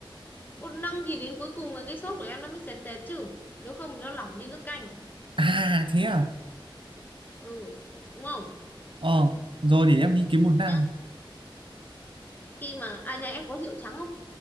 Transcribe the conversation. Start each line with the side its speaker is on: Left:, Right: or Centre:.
Left: bột năng thì đến cuối cùng là cái sốt của em nó mới sệt sệt chứ nếu không thì nó lỏng như nước canh
Right: à thế à
Left: ừ đúng không
Right: ờ rồi để em đi kiếm bột năng
Left: nhá khi mà à nhà em có rượu trắng không